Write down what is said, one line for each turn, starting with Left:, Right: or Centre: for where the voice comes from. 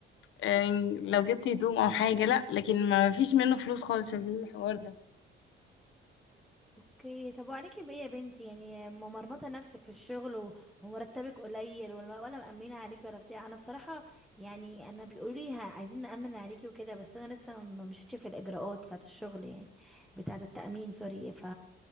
Left: آم، لو جبت هدوم او حاجه لا لكن ما فيش منه فلوس خالص الحوار ده
Centre: اوكي طب وعليكي بايه يا بنتي يعني ممرمطه نفسك في الشغل و- ومرتبك قليل ولا ولا مأمنه عليكي ولا بتاع انا بصراحه يعني انا بيقولوا لي ه- عايزين نأمن عليكي وكده بس انا لسه ما مشيتش في الاجراءات بتاعه الشغل يعني بتاعه التأمين سوري ف